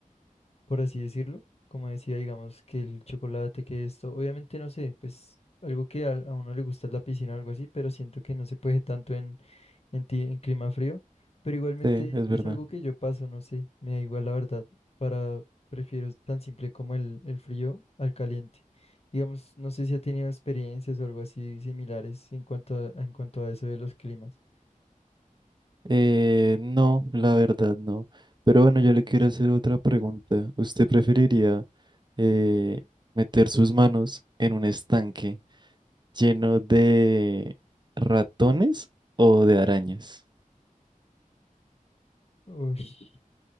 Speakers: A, on the left; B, on the right.
A: por así decirlo. Como decía, digamos, que el chocolate, que esto, obviamente no sé, pues algo que a, a uno le gusta es la piscina o algo así, pero siento que no se puede <laughs> tanto en, en, ti- en clima frío. Pero igualmente
B: Sí, es
A: es
B: verdad.
A: algo que yo paso, no sé, me da igual la verdad, para prefiero tan simple como el, el frío al caliente. Digamos, no sé si ha tenido experiencias o algo así similares en cuanto a, en cuanto a eso de los climas.
B: Eh, no, la verdad no. Pero bueno, yo le quiero hacer otra pregunta. ¿Usted preferiría
A: Ujú.
B: eh, meter sus manos en un estanque? lleno de ratones o de arañas.
A: Uy.